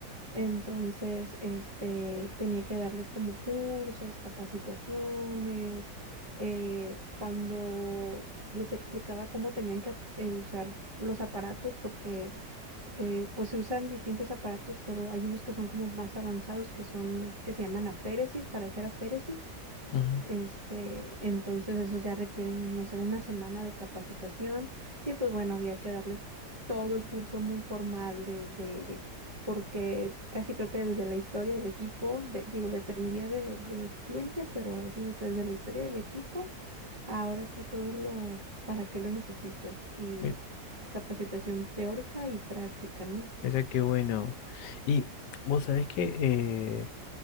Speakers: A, on the right; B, on the left.
A: entonces, este, tenía que darles como cursos, capacitaciones, eh, cuando les explicaba cómo tenían que eh, usar los aparatos, porque eh, pues se usan distintos aparatos, pero hay unos que son como más avanzados, que son, que se llaman aféresis, para hacer aféresis.
B: Ujú.
A: Este, entonces esos ya requieren, no sé, una semana de capacitación y pues bueno, había que darles todo el curso muy formal desde, porque casi creo que desde la historia del equipo, de- digo, dependía de- del cliente, pero a veces hasta desde la historia del equipo, ahora sí todo lo, para qué lo necesitas y
B: Mi-
A: capacitación teórica y práctica, ¿no?
B: Mira qué bueno. Y vos sabés que eh,